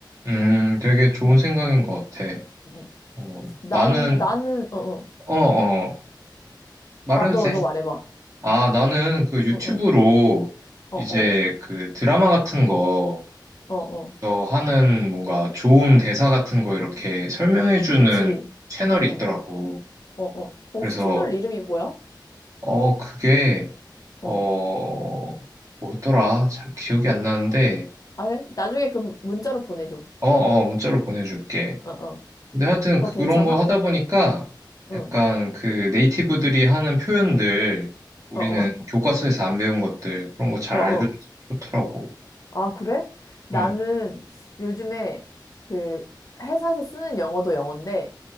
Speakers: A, on the right (about 45°); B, on the left (about 45°).
A: 음, 되게 좋은
B: 응,
A: 생각인 것 같아.
B: 응. 응.
A: 어,
B: 난,
A: 나는,
B: 나는, 어, 어.
A: 어, 어, 말해도
B: 아, 너,
A: 돼.
B: 너 말해봐.
A: 아, 나는 그 유튜브로
B: 어, 어, 어,
A: 이제
B: 어,
A: 그 드라마 같은 거,
B: 어, 어.
A: 어, 하는 뭔가 좋은 대사 같은 거 이렇게 설명해주는
B: 그치.
A: 채널이
B: 어, 어,
A: 있더라고.
B: 어, 어. 어, 혹시
A: 그래서,
B: 채널 이름이 뭐야?
A: 어, 그게, 어,
B: 어.
A: 뭐더라? 잘 기억이 안 나는데,
B: 아, 그래? 나중에 그 문자로 보내줘.
A: 어, 어, 문자로 보내줄게.
B: 어, 어.
A: 근데 하여튼
B: 그거
A: 그런
B: 괜찮아?
A: 거 하다 보니까
B: 응.
A: 약간 그 네이티브들이 하는 표현들 우리는
B: 어, 어.
A: 교과서에서 안 배운 것들 그런 거 잘
B: 어, 어.
A: 알려줘서 좋더라고.
B: 아, 그래? 나는
A: 응.
B: 요즘에 그 회사에서 쓰는 영어도 영어인데